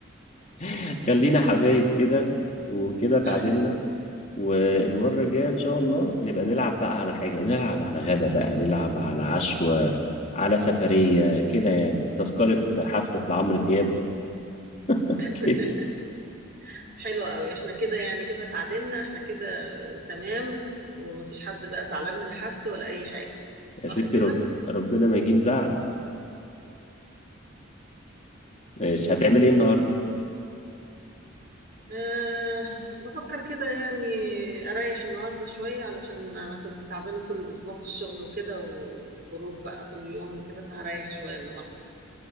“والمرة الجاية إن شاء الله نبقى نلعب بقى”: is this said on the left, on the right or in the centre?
Left